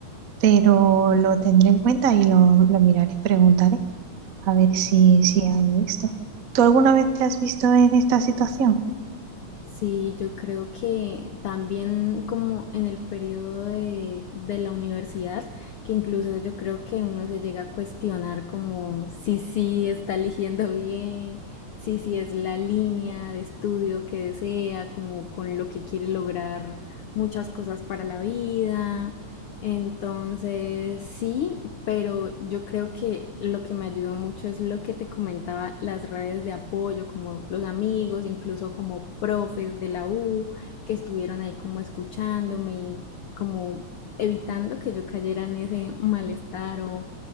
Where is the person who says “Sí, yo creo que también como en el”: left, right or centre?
Left